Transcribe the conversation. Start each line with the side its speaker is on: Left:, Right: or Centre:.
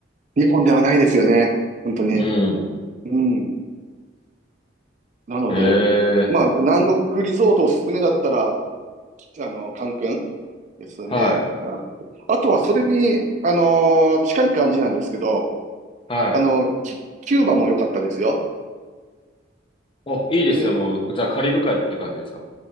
Right: 日本ではないですよね。本当に。
Left: うん。
Right: うん。なので、
Left: へえ。
Right: まあ、南国リゾートおすすめだったら、あの、カンクンですね。
Left: はい。
Right: ああとは、それに、あのー近い感じなんですけど、
Left: はい。
Right: あの、キ、キューバも良かったですよ。
Left: お、いいですね。
Right: で
Left: もう、じゃあカリブ海って感じですか